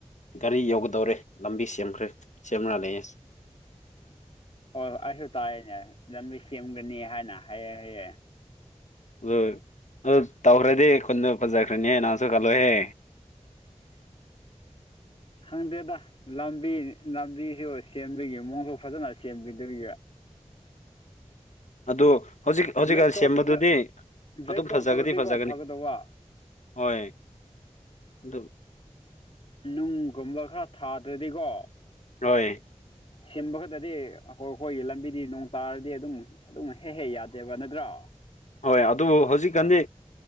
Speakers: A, on the left; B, on the left.
A: ꯒꯥꯔꯤ ꯌꯧꯒꯗꯧꯔꯦ ꯂꯝꯕꯤ ꯁꯦꯝꯈ꯭ꯔꯦ ꯁꯦꯝꯃꯅ ꯂꯩꯌꯦ
B: ꯍꯣꯏ ꯍꯣꯏ ꯑꯩꯁꯨ ꯇꯥꯏꯌꯦꯅꯦ ꯂꯝꯕꯤ ꯁꯦꯝꯒꯅꯤ ꯍꯥꯏꯅ ꯍꯥꯏꯌꯦ ꯍꯥꯏꯌꯦ
A: ꯑꯗꯨ ꯑꯗꯨ ꯇꯧꯈ꯭ꯔꯗꯤ ꯑꯩ ꯈꯨꯟꯗ ꯐꯖꯈ꯭ꯔꯅꯤꯍꯦ ꯅꯍꯥꯟꯁꯨ ꯈꯜꯂꯣꯍꯦ
B: ꯈꯪꯗꯦꯗ ꯂꯝꯕꯤ ꯂꯝꯕꯤꯁꯨ ꯁꯦꯝꯗꯣꯏꯒꯤ ꯃꯑꯣꯡꯁꯨ ꯐꯖꯅ ꯁꯦꯝꯕꯤꯗꯣꯏꯔꯤꯕ
A: ꯑꯗꯨ ꯍꯧꯖꯤꯛ ꯍꯧꯖꯤꯛꯀꯥꯟ
B: ꯕ꯭ꯂꯦꯛ ꯇꯣꯞꯀꯨꯝꯕ
A: ꯁꯦꯝꯕꯗꯨꯗꯤ
B: ꯕ꯭ꯂꯦꯛ
A: ꯑꯗꯨꯝ
B: ꯇꯣꯞ
A: ꯐꯖꯒꯗꯤ
B: ꯇꯧꯔꯗꯤꯀꯣ
A: ꯐꯖꯒꯅꯤ
B: ꯐꯒꯗꯧꯕ
A: ꯍꯣꯏ ꯑꯗ
B: ꯅꯨꯡꯒꯨꯝꯕ ꯈꯔ ꯊꯥꯗ꯭ꯔꯗꯤꯀꯣ
A: ꯅꯣꯏ
B: ꯁꯤꯟꯕ ꯈꯛꯇꯗꯤ ꯑꯩꯈꯣꯏ ꯑꯩꯈꯣꯏꯒꯤ ꯂꯝꯕꯤꯗꯤ ꯅꯣꯡ ꯇꯥꯔꯗꯤ ꯑꯗꯨꯝ ꯑꯗꯨꯝ ꯍꯦꯛ ꯍꯦꯛ ꯌꯥꯗꯦꯕ ꯅꯠꯇ꯭ꯔꯣ
A: ꯍꯣꯏ ꯑꯗꯨꯕꯨ ꯍꯧꯖꯤꯛꯀꯥꯟꯗꯤ